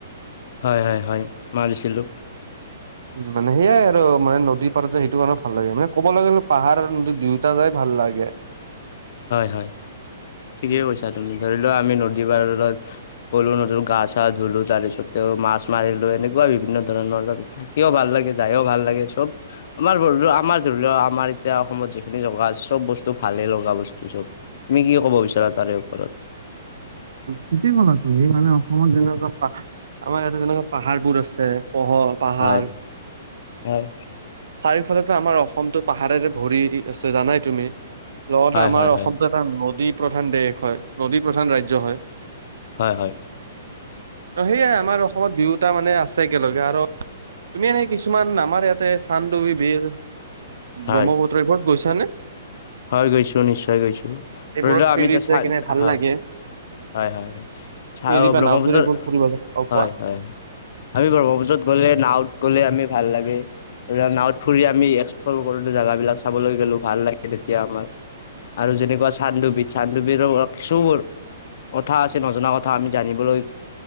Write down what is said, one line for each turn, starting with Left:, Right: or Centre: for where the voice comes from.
Left: হয় হয় হয় মাৰিছিলোঁ
Right: উ মানে সেয়াই আৰু মানে দুই পাৰত যায় সেইটো কাৰণে ভাল লাগে মানে ক'বলৈ গ'লে পাহাৰ দুয়োটা যাই ভাল লাগে
Left: হয় হয় ঠিকে
Right: উম।
Left: কৈছা তুমি ধৰি লোৱা আমি নদী পাৰত ক'লো নতুন গা চা ধুলো তাৰ পিছত তেওঁ মাছ মাৰিলো এনেকুৱা বিভিন্ন ধৰণৰ ততে থাক থাকিও ভাল লাগে যায়ও ভাল লাগে চব আমাৰ ধৰি আমাৰ ধৰি লও আমাৰ এতিয়া অসমত যিখিনি জগা আছে চব বস্তু ভালে লগা বস্তু ত চব তুমি কি ক'ব বিচাৰা তাৰে ওপৰত
Right: ঠিকে ক'লা তুমি মানে অসমত যেনেকুৱা আমাৰ ইয়াতে যেনেকুৱা পাহাৰবোৰ আছে পহ পাহাৰ
Left: হয় হয়
Right: চাৰিওফালেটো আমাৰ অসমতো পাহাৰেৰে ভৰি আছে জানাই তুমি লগতে
Left: হয়
Right: আমাৰ
Left: হয়
Right: অসমটো
Left: হয়
Right: নদী প্ৰধান দেশ হয় নদী প্ৰধান ৰাজ্য হয়
Left: হয় হয়
Right: ত সেয়াই আমাৰ অসমত দুয়োটা মানে আছে একেলগে আৰু তুমি এনেই কিছুমান আমাৰ ইয়াতে চান্দু বিৰ
Left: হয়
Right: ব্ৰহ্মপুত্ৰ এইবোৰত গৈছানে
Left: হয় গৈছো নিশ্চয় গৈছো ধৰিলোৱা
Right: এইবোৰত
Left: আমি
Right: ফেৰীত
Left: চাই
Right: যাই কিনে ভাল
Left: হয়
Right: লাগে।
Left: হয় হয় চাও
Right: ফেৰী বা
Left: ব্ৰহ্মপুত্ৰত
Right: নাওত যদি এইবোৰ ফুৰিব যাওঁ, অ'
Left: হয়
Right: কোৱা?
Left: হয় আমি ব্ৰহ্মপুত্ৰত গ'লে নাৱত গ'লে আমি ভাল লাগে নাৱত ফুৰি আমি এক্সপ্লৰ কৰোো জেগাব বিলাক চাবলৈ গলো ভাল লাগে তেতিয়া আমাৰ আৰু যেনেকুৱা চান্দুবিধ চান্দুবিধ ত <unintelligible> কথা আছে নজনা কথা আমি জানিবলৈ